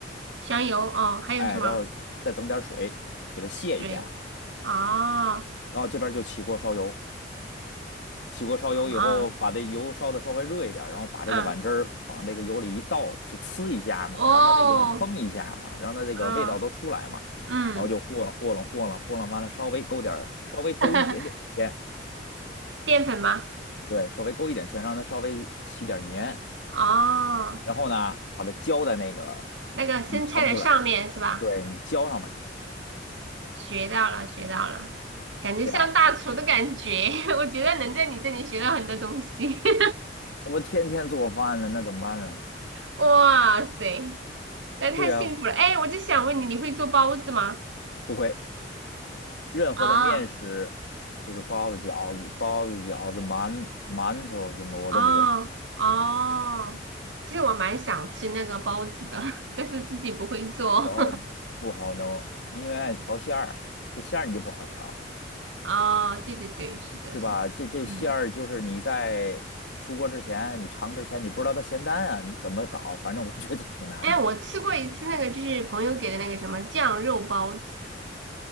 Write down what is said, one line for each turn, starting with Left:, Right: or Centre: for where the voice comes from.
Right: 香油哦，还有什么？
Left: 哎，然后再整点儿水给它泄一下，
Right: 水哦，
Left: 然后这边儿就起锅烧油，起锅烧油以后，
Right: 啊
Left: 把这油烧的稍微热一点儿然后把这个碗汁儿往这个油里一倒，
Right: 嗯
Left: 就呲一下嘛，
Right: 哦
Left: 让它那个嘭一下嘛，让它这个味道都出来嘛，
Right: 啊嗯，
Left: 然后就和了和了和了和了，完了稍微勾点儿稍微勾一点点芡，
Right: <laughs> 淀粉吗？
Left: 对，稍微勾一点芡，让它稍微起点儿黏，
Right: 哦，
Left: 然后呢，把它浇在那个
Right: 那个生菜的上面是吧？
Left: 你盛出来，对你浇上面去，
Right: 学到了，学到了，感觉像大厨的感觉，
Left: 这样。
Right: <laughs> 我觉得能在你这里学到很多东西。<laughs>
Left: 我天天做饭呢，那怎么办呢？
Right: 哇塞，那太幸福了！
Left: 对呀、
Right: 哎，我就想问你，你会做包子吗？
Left: 不会，任何的面食，
Right: 啊。
Left: 就是包子、饺子、包子、饺子、馒馒头什么我都不会，
Right: 哦哦，其实我蛮想吃那个包子的，<laughs> 但是自己不会做。
Left: 包子不好弄，因为爱调馅儿，这馅儿你就不好调，
Right: <laughs> 哦，对对对，是的，
Left: 对吧？
Right: 是的，
Left: 这这馅儿就是你在出锅之前，
Right: 嗯，
Left: 你尝之前你不知道它咸淡啊，你怎么搞？反正我觉得挺难的。
Right: 哎，我吃过一次那个，就是朋友给的那个什么酱肉包子，